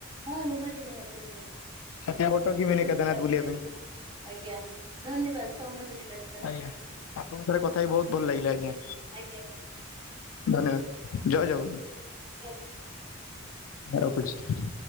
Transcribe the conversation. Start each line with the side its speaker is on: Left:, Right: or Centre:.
Right: ହଁ ନିହାତି ନିହାତି ନିହାତି
Left: ଛତିଆ ବଟ କି ମିନି
Right: ଧନ୍ୟବାଦ
Left: କେଦାରନାଥ ବୁଲିବା
Right: ଧନ୍ୟବାଦ।
Left: ପାଇଁ
Right: ଆଜ୍ଞା ଧନ୍ୟବାଦ ସମୟ ବି ହେଲାଣି।
Left: ଆଜ୍ଞା ଆପଣଙ୍କଥରେ କଥା ବି ବୋହୁତ ଭଲ ଲାଗିଲା ଆଜ୍ଞା।
Right: ଆଜ୍ଞା ଆଜ୍ଞା।
Left: ଧନ୍ୟବାଦ ଜୟ ଜଗନ୍ନାଥ।
Right: ଜୟ ଜଗନ୍ନାଥ।
Left: ରଖୁଚି।